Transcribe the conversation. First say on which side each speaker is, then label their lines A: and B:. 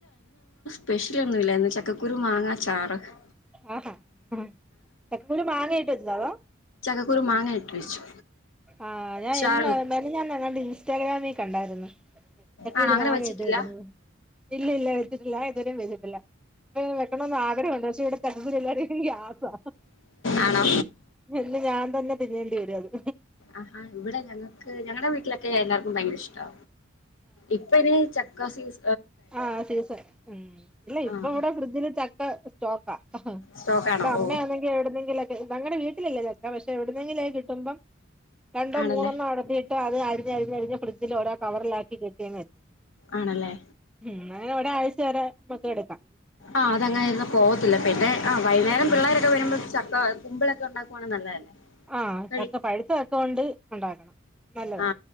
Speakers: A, on the left; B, in the centre.
A: സ്പെഷ്യലോന്നുല്ല ഇന്ന് ചക്കക്കുരു മാങ്ങാ ചാറൊക്കേ
B: ആഹാ ആ ചക്കകുരു മാങ്ങയിട്ട് വെച്ചതാണോ?
A: ചക്ക കുരു മാങ്ങ ഇട്ട് വെച്ചു.
B: ആഹ ഞാൻ
A: ചാറ്
B: എന്നു മെനഞാന്നെങ്ങാണ്ട് ഇൻസ്റ്റാഗ്രാമിൽ കണ്ടായിരുന്നു. ചക്കൂര്
A: ആണോ അങ്ങനെ
B: മാങ്ങയിട്ട്
A: വെച്ചിട്ടില്ല
B: വെക്ന്നത് ഇല്ല ഇല്ല വെച്ചിട്ടില്ല ഞാൻ ഇതുവരെ വെച്ചിട്ടില്ല. വെക്കണന്ന് ആഗ്രഹോണ്ട് പക്ഷെ ഇവിടെ ചക്കകുരു എല്ലാർക്കും ഗ്യാസാ.
A: ആണോ
B: പിന്ന് ഞാൻ തന്നെ തിന്നേണ്ടി വരും അത്
A: ആഹാ ഇവിടെ ഞങ്ങക്ക് ഞങ്ങടെ വീട്ടിലൊക്കെ എല്ലാർക്കും ഭയങ്കര ഇഷ്ടാ. ഇപ്പ ഇനി ചക്കാസിസ
B: ആഹ സീസൺ ഉം ഇല്ല ഇപ്പ
A: ആഹ്
B: ഇവിടെ ഫ്രിഡ്ജ്ല് ചക്ക സ്റ്റോക്കാ.
A: സ്റ്റോക്കാണോ
B: ഇവിടെ അമ്മയാന്നെങ്കിൽ
A: ഓ
B: എവിടുന്നെങ്കിലക്കെ ഞങ്ങടെ വീട്ടിലില്ല ചക്ക പക്ഷെ എവിടുന്നെങ്കിലോക്കേ കിട്ടുമ്പം രണ്ടോ
A: ആണല്ലേ
B: മൂന്നെണ്ണം അടത്തിട്ട് അത് അരിഞ്ഞരിഞ്ഞരിഞ് ഫ്രിഡ്ജിൽ ഓരോ കവറിലാക്കി കെട്ടിയങ്ങ് വെ
A: ആണല്ലേ
B: ഉം ഞൻവിടെ ആരാഴ്ച വരെ മൊത്തം എടുക്കു
A: ആഹ് അത അങ്ങനെ ഇങ്ങ് പോവത്തില്ല പിന്നെ ആഹ വൈുന്നേരം
B: ഉം
A: പിള്ളേരൊക്കെ വരുമ്പോ കുമ്പളൊക്കെ ഉണ്ടാക്കുവാണെ നല്ലതല്ലേ?
B: ആഹ
A: കഴി
B: ചക്ക പഴുത്തചക്ക കൊണ്ട് ഉണ്ടാക്കണം. നല്ലതാ
A: ആ